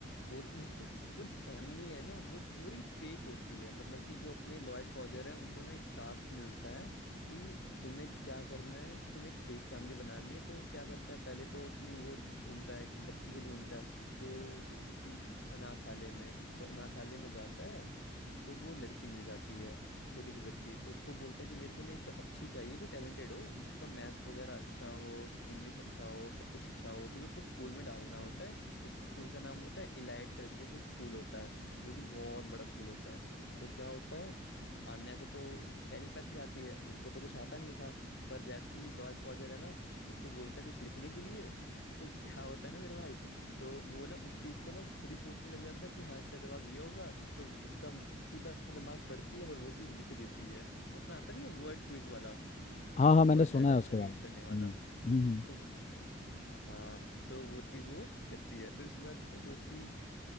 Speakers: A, on the left; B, on the left.
A: और इनकी जो पूरी फैमिली है ना वो पूरी फेक होती है मतलब कि जो अपने लॉयड फॉजर है उनको ना एक टास्क मिलता है कि तुम्हें क्या करना है कि तुम्हें एक फेक फैमिली बनानी है तो वो क्या करता है पहले तो अपनी वो ढूंढता है एक बच्ची को ढूंढता है तो वो होती अनाथालय में तो अनाथालय में जाता है तो वो लड़की मिल जाती है छोटी सी बच्ची तो उसको बोलता है कि मेरे को ना एक अच्छी चाहिए जो टैलेंटेड हो जिसका मैथ्स वगैरह अच्छा हो इंग्लिश अच्छा हो सब कुछ अच्छा हो क्योंकि उसको स्कूल में डालना होता है उस स्कूल का नाम होता है इलाइट करके कुछ स्कूल होता है जो कि बहुत बड़ा स्कूल होता है तो क्या होता है आन्या को तो टेलीपैथी आती है उसको तो कुछ आता नहीं था पर जैसे ही लॉर्ड फॉजर है ना उसको बोलता है कुछ लिखने के लिए तो क्या होता है ना मेरे भाई तो वो ना उस चीज को ना खुद ही सोचने लग जाता है कि हाँ इसका जवाब ये होगा तो उसका म- सीधा दिमाग पड़ती है और वो चीज लिख देती है वो अपना आता नहीं है वर्ड क्विज वाला
B: हाँ हाँ
A: वर्ड
B: मैंने सुना
A: लेटर
B: है उसके
A: अरेंज
B: बारे में
A: करने वाला
B: हम्म हम्म
A: तो हाँ तो वो चीज वो करती है फिर उसके बाद जो उसकी